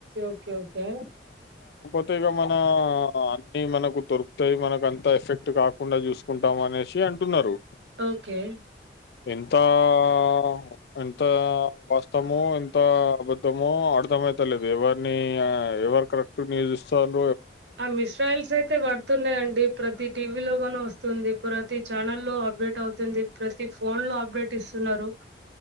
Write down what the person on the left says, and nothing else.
అత్తేగా మన అన్ని మనకు దొరుకుతాయి మనకు అంత ఎఫెక్ట్ కాకుండా చూసుకుంటాం అనేసి అంటున్నారు
ఎంత ఆ ఎంత వాస్తము ఎంత అబద్ధమో అర్ధమయితలేదు ఎవరి నీ ఎవరు కరెక్ట్ <unintelligible> ఇస్తాలు